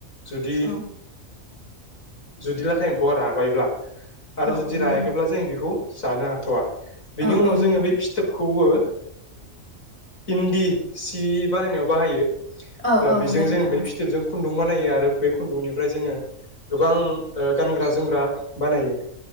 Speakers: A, on the left; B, on the left.
A: दि
B: औ
A: जुदि लाथा एम्फौवा राबायब्ला आरो
B: औ
A: जुदि
B: औ नंगौ
A: रायाखैब्ला
B: नोंथां
A: जों बेखौ जानो हाथ'वा बेनि
B: औ
A: उनाव
B: औ नंगौ
A: जोङो
B: नोंथां
A: बे फिथोबखौबो ओ इन्दि सि बानायनायाव बाहायो। ओ
B: औ औ
A: बेजों
B: नंगौ नोंथां
A: जों बै फिथोबजों खुन्दुं बानायो आरो बे खुन्दुंनिफ्राय जोङो गोबां ओ गानग्रा जोमग्रा बानायो।